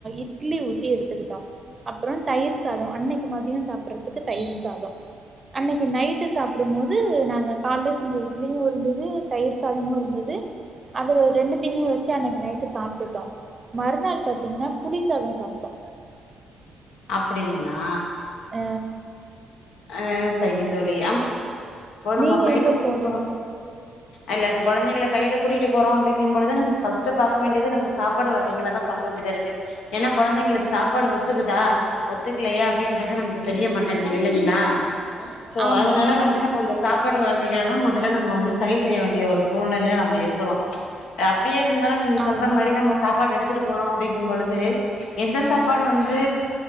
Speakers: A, on the right (about 30°); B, on the left (about 80°).
A: இட்லி ஊத்தி எடுத்துக்கிட்டோ அப்றோ தயிர் சாதோ அன்னைக்கு மதியோ சாப்டறதுக்கு தயிர் சாதோ அன்னைக்கு நைட்டு சாப்பிடும் போது நாங்க காலைல செஞ்ச இட்லியு இருந்தது தயிர் சாதமு இருந்தது அது ரெண்டுத்தையுமே வெச்சு அன்னைக்கு நைட்டு சாப்டுட்டோ மறுநாள் பாத்தீங்கன்னா புளிசாதோ சாப்டோ
B: அப்டிங்களா
A: ஆ
B: அ சேரிங்க தோழி ஆமா போ நம்ம
A: நீங்க
B: போய்
A: எங்க
B: கூட்டிட்டு
A: போனீங்க
B: போறோ அய்லப் இப்ப குழந்தைங்கள கையில கூட்டிட்டு போறோ அப்டிங்கும் பொழுது நமக்கு ஃபர்ஸ்டு பாக்க வேண்டியது நம்ப சாப் ப்பாடு வகைகள தா பாக்க வேண்டியதா இருக்கு ஏன்னா குழந்தைங்களுக்கு சாப்பாடு ஒத்துக்குதா ஒத்துக்கலையா அப்டின்றது நமக்குத் தெரிய மாட்டேங்குது இல்லைங்களா சோ
A: ஆமா
B: அதனால
A: ஆமா
B: வந்து நா சாப்பாட்டு வகைகள தா முதல்ல நம்ம வந்து சரி செய்ய வேண்டிய ஒரு சூழ்நிலையில நம்ம இருக்கிறோ ம்ச் அப்டியே இருந்தாலு நீங்க சொல்ற
A: ஆமா
B: மாரி நம்ம சாப்பாடு எடுத்துட்டு போறோ அப்டிங்கும் பொழுது எந்த சாப்பாடு வந்து